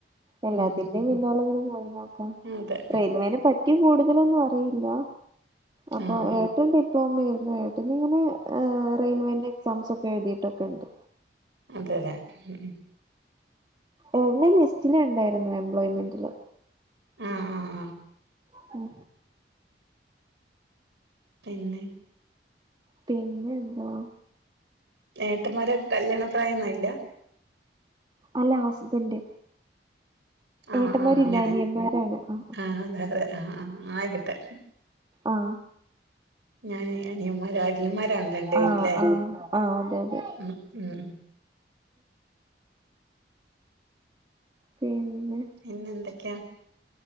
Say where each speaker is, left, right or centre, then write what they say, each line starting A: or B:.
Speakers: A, on the right; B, on the right.
A: എല്ലാത്തിന്റിം
B: ഉം
A: പിന്നാല ഇങ്ങനെ പോയി നോ ക്കാ
B: അതെ
A: റെയിൽവേന പറ്റി കൂടുതലൊന്നും അറിയില്ല അപ്പൊ
B: ആഹ്
A: ഏട്ടൻ ടി ഇപ്പമ്മ ഇരുന്ന് ഏട്ടൻ ഇങ്ങനെ റെയിൽവേന്റെ എക്സാംസൊക്കെ എഴുതീട്ട് ഒക്ക ഇണ്ട്
B: അതല്ലേ ഉം ഉം
A: ഏ <unintelligible> ലിസ്റ്റില് ഇണ്ടാര്ന്നു എംപ്ലോയ്മെന്റില്
B: ആഹ് ആഹ്
A: ആഹ്
B: പിന്നെ
A: പിന്നെന്താ
B: ഏട്ടമ്മാര് കല്ല്യാണ പ്രായം ഒന്നും ആയിട്ട്ല്ലാ
A: അല്ല ഹസ്ബൻഡ്
B: ആഹ്
A: ഏട്ടന്മാരില്ല
B: ആഹ് അങ്ങനെ
A: അനിയന്മാരാണ് ആ
B: ആഹ് അതെ അതെ ആഹ് ആഹ് ആയിഹട്ടെ
A: ആ
B: ഞാൻ അനിയന്മാരാ അരിയന്മാരാണ് രണ്ടേരുല്ലേ
A: ആഹ് ആഹ് ആഹ് അതെ അതെ
B: ഉം ഉം
A: പിന്നെ
B: പിന്നെന്തക്കെയാ